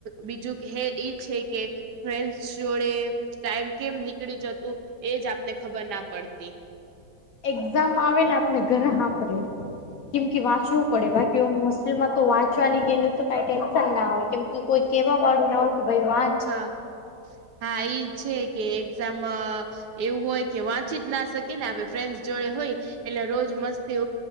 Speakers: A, on the right; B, on the left.
A: બીજું હે ઈ છે કે. ફન્ડ જોડે ટાઈમ કેમ નીકળી જતું, એજ આપને ખબર ના પડતી.
B: એક્ઝામ આવે ને, આપને ઘરે સાપરેે. કેમ કે વાંચવું પડે, બાકી હોસ્ટેલમાં તો વાંચવાની, ગ એને તો ક ટેન્શન ના હોય, કેમ કે કોઈ કેવા વાળું ના હો કે, ભાઈ વાચ
A: હા, એજ છે કે, એક્ઝામ? એવું હોય કે, વાંચી જ ના શકી ને, આપણે ફ્રેન્ડસ જોડે હોય. એટલે રોજ મસ્તી